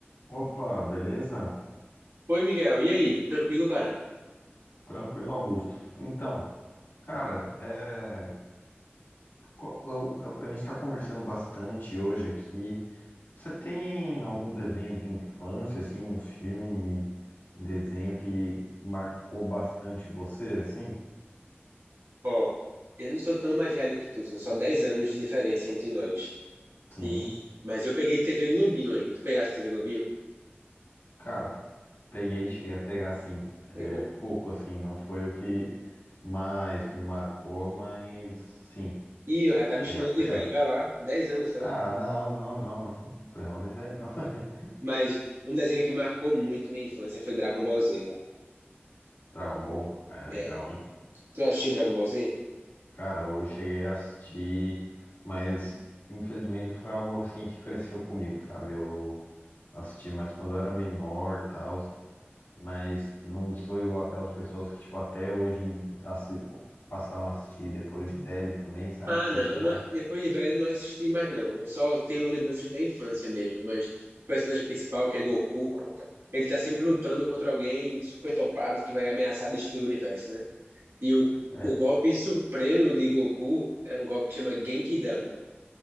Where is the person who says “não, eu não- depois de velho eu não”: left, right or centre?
Right